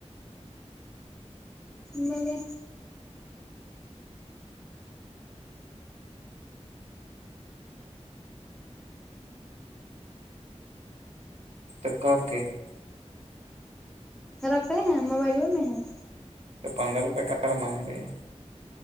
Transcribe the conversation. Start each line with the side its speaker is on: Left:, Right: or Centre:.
Centre: م نے
Right: ت کاا کے <unintelligible> <inaudible>
Centre: رکھے ہیں موبائلوں میں ہے
Right: تو پندرہ روپے کا مانگ رہے ہیں